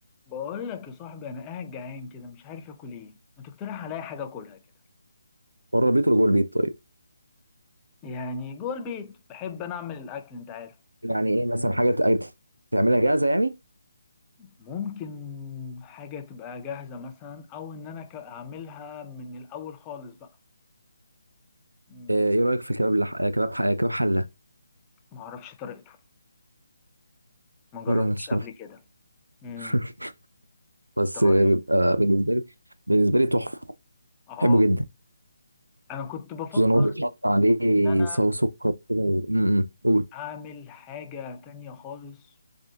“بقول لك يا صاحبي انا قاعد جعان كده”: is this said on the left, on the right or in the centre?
Left